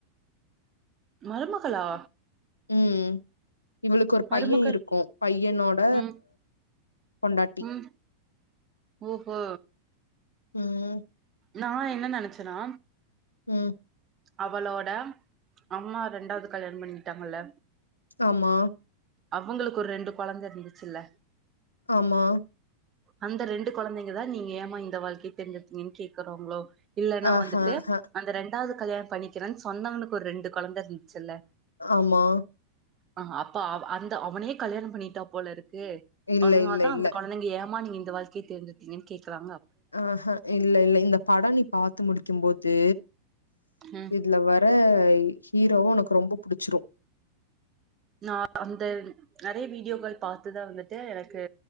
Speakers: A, on the right (about 25°); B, on the left (about 80°).
A: மருமகளா
B: ம் ம் இவளுக்கு ஒரு
A: மருமகள்
B: பைய இருக்கு பையனோட
A: ம்
B: பொண்டாட்டி
A: ம் ஓஹோ
B: ம்
A: நா என்ன நெனச்சன்னா
B: ம்
A: அவளோட அம்மா ரெண்டாவ்து கல்யாணம் பண்ணிகிட்டாங்கல்ல
B: ஆமா
A: அவுங்களுக்கு ஒரு ரெண்டு கொழந்த இருந்துச்சுல்ல
B: ஆமா
A: அந்த ரெண்டு கொழந்தைங்கதா நீங்க ஏமா இந்த வாழ்க்கை தேர்ந்தெடுத்தீங்கன் கேக்குறாங்ளோ இல்லன்னா
B: ஆஹா
A: வந்துட்டு
B: ஹ
A: அந்த ரெண்டாவது கல்யாண் பணிக்கிறேன் சொன்னவனுக்கு ஒரு ரெண்டு கொழந்த இருந்ச்சுல்ல
B: ஆமா
A: ஆ அப்ப அவ் அந்த அவனையே கல்யாணம் பண்ணிட்டா போலருக்கு
B: இல்ல
A: அதனாலதா
B: இல்ல இல்ல
A: அந்த கொழந்தைங்க ஏம்மா நீங்க இந்த வாழ்க்கைய தேர்ந்தெடுத்தீங்கன் கேக்கறாங்க
B: ஆஹ இல்ல இல்ல இந்த பட நீ பாத்து முடிக்கும்போது
A: ம்
B: இதுல வர் ற ஹீரோவு உனக்கு ரொம்ப புடிச்சிரு
A: நா அந்த நறைய வீடியோக்கள் பாத்துதா வந்துட்டு எனக்கு